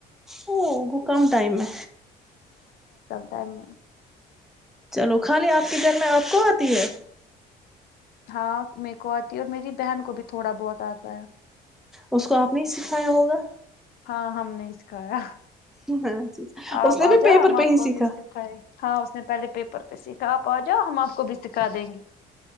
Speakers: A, in the centre; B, on the left.
A: اگو کم ٹائم ہے
B: م <inaudible>
A: چلو خالی آپ کے گھر میں آپ کو آتی ہے
B: ہاں میرے کو آتی ہے اور میری بہن کو بھی تھوڑا بہت آتا ہے
A: اس کو آپ نے سکھایا ہوگا
B: ہاں ہم نے سکھایا
A: اچا اچھا
B: آپ
A: اس نے
B: آ
A: بھی
B: جاؤ
A: پیپر
B: ہم آپ
A: پہ ہی
B: کو
A: سیکھا
B: بھی سکھائیں گے ہاں اس نے پہلے پیپر پہ سیکھا آپ آ جاؤ ہم آپ کو بھی سکھا دیں گے